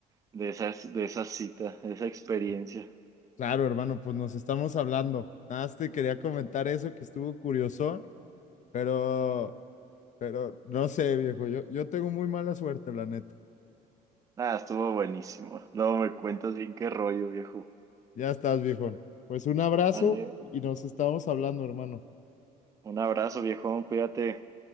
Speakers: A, on the right; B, on the left.
A: de esas, de esa cita, de esa experiencia.
B: Claro, hermano, pues nos estamos hablando. Nada más te quería comentar eso que estuvo curioso, pero, pero no sé, viejo, yo, yo tengo muy mala suerte, la neta.
A: Ah, estuvo buenísimo. Luego me cuentas bien qué rollo, viejo.
B: Ya estás, viejón. Pues un abrazo
A: Ande,
B: y nos estamos hablando, hermano.
A: un abrazo, viejo, cuídate.